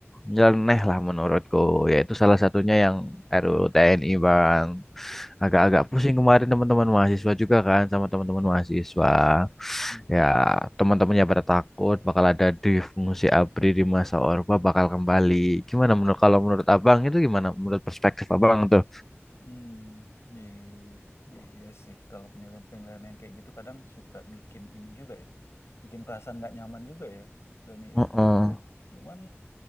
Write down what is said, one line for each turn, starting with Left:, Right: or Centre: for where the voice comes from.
Centre: nyeleneh lah menurutku, yaitu salah satunya yang RUU TNI bang. Agak-agak pusing kemarin teman-teman mahasiswa juga kan sama teman-teman mahasiswa.
Left: Mhm.
Centre: Ya teman-temannya pada takut bakal ada di fungsi ABRI di masa Orba bakal kembali. Gimana menurut kalau menurut abang itu gimana menurut perspektif abang tuh?
Left: Hmm. Iya, iya, iya sih. Kalau penilaian-penilaian yang kayak gitu kadang suka bikin ini juga ya. Bikin perasaan nggak nyaman juga ya, Dani ya.
Centre: Heeh.
Left: Cuman,